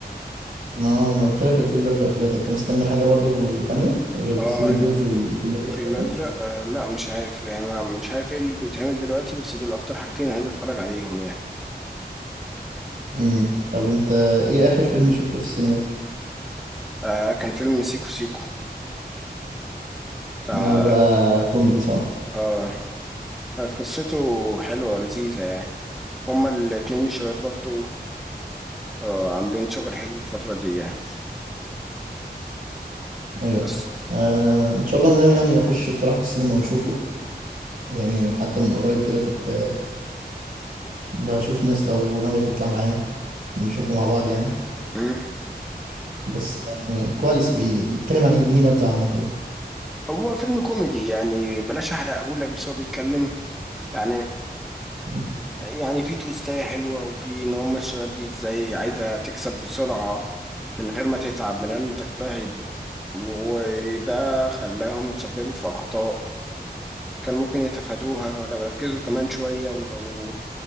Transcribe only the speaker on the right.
ما ما انا قلت لك الفيل الازرق ثلاثة انت مستني حاجة برضو تانية غير السيفن
دوجز والفيل الازرق
ثلاثة
امم طب انت ايه اخر فيلم شفته في السينما
ده بقى كوميدي صح
ايوه
آه ان شاء الله انا ناوي يعني اخش الصراحه في السينما واشوفه يعني حتى من قريب كده كنت آه، بشوف ناس لو ناويه تطلع معايا نشوفه مع بعض يعني
بس يعني كويس بي- بيتكلم عن إيه، يديني نبذه عنه كده
مم.